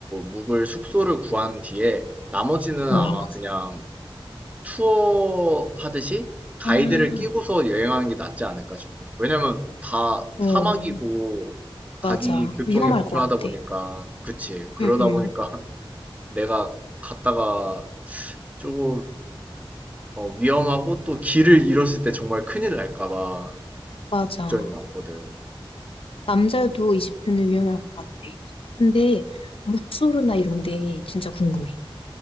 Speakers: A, on the right (about 15°); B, on the left (about 75°).
A: 묵을 숙소를 구한 뒤에 나머지는
B: 어,
A: 아마 그냥 투어 하듯이 가이드를
B: 아,
A: 끼고서 여행하는 게 낫지 않을까 싶어. 왜냐면 다
B: 응,
A: 사막이고 가기
B: 맞아.
A: 교통이
B: 위험할
A: 불편하다
B: 것 같아.
A: 보니까, 그치. 그러다
B: 응, 응,
A: 보니까 <laughs> 내가 갔다가 조금 어, 위험하고 또 길을 잃었을 때 정말 큰일 날까 봐
B: 맞아.
A: 걱정이 많거든.
B: 남자여도 이집트는 위험할 것 같아. 근데 룩소르나 이런 데 진짜 궁금해.